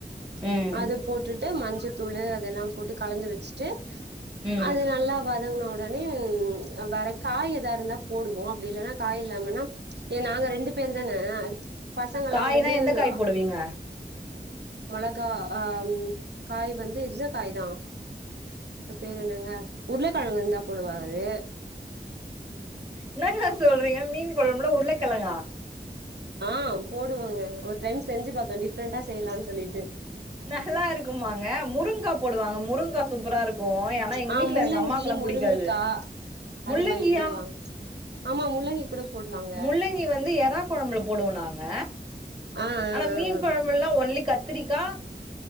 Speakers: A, on the right; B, on the right.
A: ம் ம்
B: அது போட்டுட் ட்டு மஞ்சதூள் இதெல்லா போட்டு கலந்து வெச்சுட்டு
A: ம்
B: அது நல்லா வதங்ன உடனே ம் வேற காய் எதா இருந்தா போடுவோ அப்டி இல்லன்னா காய் இல்லாமனா ஏ நாங்க ரெண்டு பேரு தான அடுத் பசங்கெல்லா
A: காய்னா
B: வந்து
A: எந்த காய்
B: அ
A: போடுவீங்க
B: மெளகா ஆ காய் ம் வந்து இந்த காய் தா பேரு என்னங்க உருளக்கெழங்கு இருந்தா போடுவாரு
A: இன்னாங்கா சொல்றீங்க மீன் கொழம்புல உருளக்கெழங்கா
B: ஆ போடுவாங்க ஒரு டைம் செஞ்சு பாத்தோ டிஃப்ரெண்டா செய்யலான்னு சொல்லிட்டு
A: நல்லா இருக்குமாங்க முருங்கா போடுவாங் முருங்கா சூப்பரா இருக் இப்போ ஏனா எங்க
B: ஆ
A: வீட்ல
B: முள்ளங்கி
A: எங்க அம்மாக்குலா
B: முருங்குக்கா
A: புடிக்காது
B: அது
A: முள்ளங்கியா
B: மாரி போடுவாங்க ஆமா முள்ளங்கி கூட போடலாங்க
A: முள்ளங்கி வந்து எற கொழம்புல போடுவோ நாங்க
B: ஆ ஆ
A: ஆனா
B: ஆ
A: மீன்
B: ஆ
A: கொழம்புல்லா ஒன்லி கத் திரிக்கா